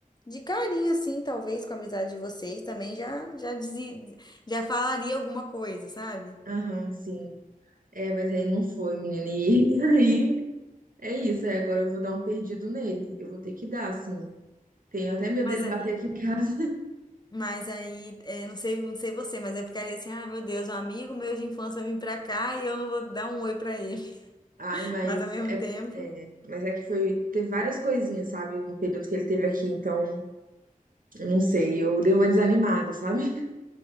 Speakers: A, on the left; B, on the right.
A: De carinho, assim, talvez, com a amizade de vocês também já já dizia, já falaria alguma coisa, sabe?
B: Aham, sim. É, mas aí não foi, menina. E <laughs> aí É isso, aí agora eu vou dar um perdido nele. Eu vou ter que dar, assim. Tenho até medo
A: Mas,
B: dele
A: a-
B: bater aqui em casa.
A: mas aí, é, não sei, não sei você, mas eu ficaria assim, ah, meu Deus, um amigo meu de infância vem pra cá e eu não vou dar um oi pra ele. <laughs>
B: Ai, mas
A: Mas ao mesmo
B: é,
A: tempo,
B: é, mas é que foi. Teve várias coisinhas, sabe? No período que ele teve aqui, então, não sei. Eu dei uma desanimada, sabe? <laughs>